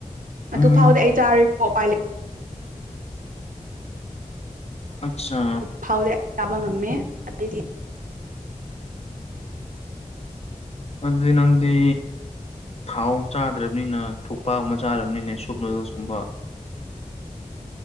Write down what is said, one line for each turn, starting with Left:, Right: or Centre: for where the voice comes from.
Right: ꯑꯗꯨ
Left: ꯎꯝ
Right: ꯐꯥꯎꯗꯤ ꯑꯩ ꯆꯥꯔꯣꯏ ꯄꯣꯄꯥꯏ ꯂꯩ
Left: ꯑꯠꯆꯥ
Right: ꯐꯥꯎ ꯆꯥꯕ ꯉꯝꯃꯦ ꯑꯇꯩꯗꯤ
Left: ꯑꯗꯨꯗꯤ ꯅꯪꯗꯤ ꯊꯥꯎ ꯆꯥꯗ꯭ꯔꯕꯅꯤꯅ ꯊ ꯊꯣꯛꯄ ꯑꯃ ꯆꯥꯔꯕꯅꯤꯅ ꯁꯨꯞꯅ ꯁꯗꯣꯁ ꯀꯨꯝꯕꯥ